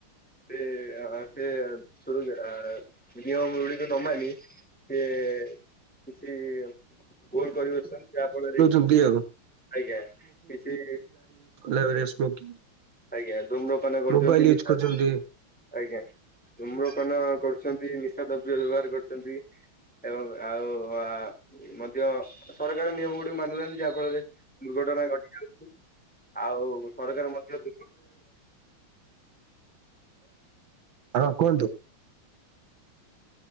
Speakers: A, in the centre; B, on the right.
A: ସେ ଆ ସେ ନିୟମାବଳି ତ ନବାମ ଯେ କିଛି ଭୋଲ କରିବଛନ୍ତି ଆପଣରେ
B: ଦି ଆଉ।
A: ଆଜ୍ଞା କିଛି
B: ଲଆ ସ୍ମୋକିଂ
A: ଆଜ୍ଞା ଧୁମ୍ରପାନ କରୁଛନ୍ତି
B: ମୋବାଇଲ
A: ନିଶା
B: ୟୁଜ କରୁଛନ୍ତି।
A: ଆଜ୍ଞା ଚୁମ୍ରକନ କରୁଛନ୍ତି ନିଶା ଦ୍ରବ୍ୟ ବ୍ୟବହାର କରୁଚନ୍ତି। ଏବଂ ଆଉ ଆ ମଧ୍ୟ ସରକାର ନିୟମ ଗୁଡିକୁ ମାନୁ ନାହାନ୍ତି, ଯାହା ଫଳରେ ଦୁର୍ଘଟଣା ଘଟି ଯାଉଚି। ଆଉ ସରକାର ମଧ୍ୟ <inaudible>
B: ହଁ, କୁହନ୍ତୁ।